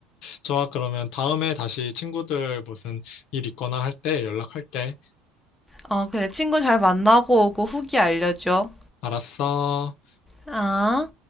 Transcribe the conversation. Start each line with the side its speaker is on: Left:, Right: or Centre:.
Left: 좋아. 그러면 다음에 다시 친구들 무슨 일 있거나 할 때 연락할게.
Centre: 어, 그래. 친구 잘 만나고 오고 후기 알려줘.
Left: 알았어.
Centre: 아.